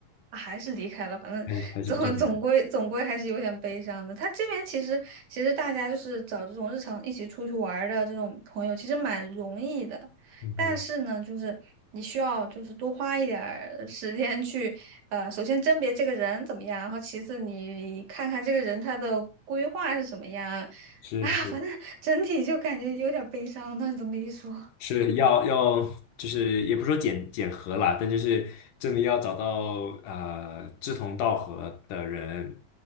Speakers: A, on the right; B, on the left.
A: 还是离开了。反正总总归总归还是有点悲伤的。
B: 还是还是不见得的，
A: 他这边其实其实大家就是找这种日常一起出去玩儿的这种朋友，其实蛮容易的。
B: 嗯哼，
A: 但是呢，就是你需要就是多花一点儿时间去呃，首先甄别这个人怎么样，然后其次你看看这个人他的规划是什么样。
B: 是是，
A: 啊，反正整体就感觉有点悲伤。那你这么一说，
B: 是要要，就是也不说检检核啦，但就是真的要找到呃志同道合的人，